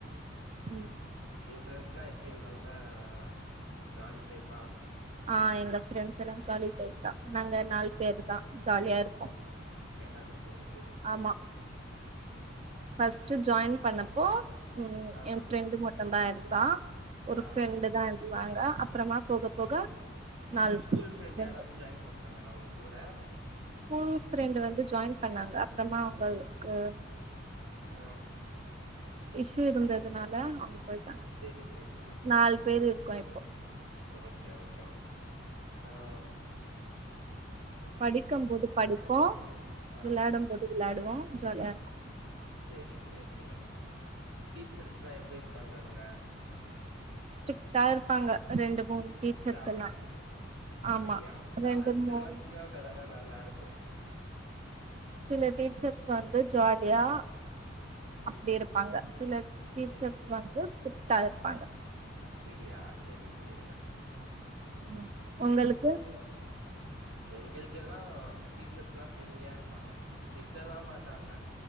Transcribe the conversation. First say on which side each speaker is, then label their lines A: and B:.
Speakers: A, on the right (about 35°); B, on the right (about 65°).
A: உம்
B: உங்க ஃப்ரெண்ட்ஸ்லா எப்டி நல்ல அ ஜாலி டைப்பா
A: ஆ எங்க ஃப்ரெண்ட்ஸ்ல்லா ஜாலி டைப் தா நாங்க நாலு
B: அப்படியா
A: பேருதா ஜாலியா இருப்போ
B: ஆஹ் சரி ச
A: ஆமா ஃபஸ்ட்டு ஜாயின் பண்ணப்போ உம்
B: ஆ
A: ஏ
B: ஆ
A: ஃப்ரெண்ட்டு மட்டுந்தா இருந்த ம்மா ஒரு
B: ஆ
A: ஃப்ரெண்டு் தான்னு வாங்க அப்ரமா போக போக நாலு
B: ஸ்கூல் ஃப்ரெண்ட்
A: ஃப்ரெண்டு
B: யாராவது ஜாயின் பண்ணாங்கன்னா அவங்க கூட
A: ஸ்கூல்ஸ் ப்ரெண்டு வந்து ஜாயின் பண்ணாங்க அப்பறமா உங்களுக்கு
B: ஆ
A: இசு இருந்ததுனால போயிட்டாங்க
B: சேரி சேரி சேரி
A: நாலு பேர் இருக்கோ இப்
B: ஓகே ஓகேங்க அஹ்
A: படிக்கும் போது படிப்போ
B: ஆ
A: வெளாடு போது விளாடுவோ ஜாலியா இருக்கு
B: சரி சரிங்க டீச்சர்ஸ் எல்லா எப்படி இருப்பாங்க அங்க
A: ஸ்ட்ரிக்டா இருப்பாங்க ரெண்டு மூணு
B: ஸ்ட்ரிக்ட்டாவா
A: டீச்சர்ஸ் எல்லா
B: அப்படியா
A: ஆமா ரெண்டு
B: காலேஜ்ல
A: மூணு
B: எல்லா பிரியா உட்டா தானா நல்லாருக் குவா
A: சில டீச்சர்ஸ் வந்து ஜாலியா
B: ம்
A: அப்படி இருப்பாங்க சில டீச்சர்ஸ்
B: சேரி சேரி
A: வந்து ஸ்ட்ரிட் தா இருப்பாங்க
B: ப்படியா சரி சரிங்க
A: உம் உங்களுக்கு
B: எங்கிள்குல்லா பீசஸ் எல்லா ஃப்ரெண்ட்லியா இருப்பாங்க திட்டலா மாட்டாங்க